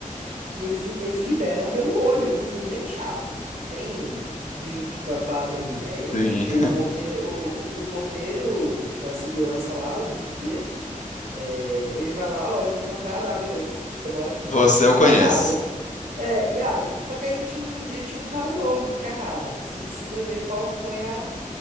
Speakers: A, on the right; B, on the left.
A: E eles, eles liberam pelo olho, não, não tem chave, não tem bip pra, pra abrir, né?
B: Sim.
A: E o porteiro, o, o- o porteiro da segurança lá, o vigia, é, ele vai lá, olha pra sua cara, ah, beleza, você, você mora
B: <laughs>
A: aqui.
B: Você eu conheço.
A: E abre. É, e abre. Só que aí tinha- um dia tinha um cara novo, cara, você precisa ver qual foi a,